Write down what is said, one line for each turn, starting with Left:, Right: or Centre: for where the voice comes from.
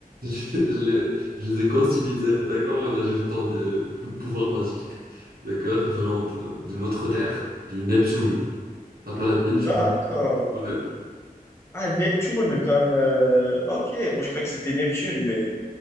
Right: je les, je les ai customisés, d'accord? On a eu le temps de pou- pouvoir magique, d'accord? Venant de- d'une autre terre, du Neptune, la planète Neptune,
Left: d'accord.
Right: ouais.
Left: Ah, Neptune, comme... euh, Ok, bon, je croyais que c'était Neptune, mais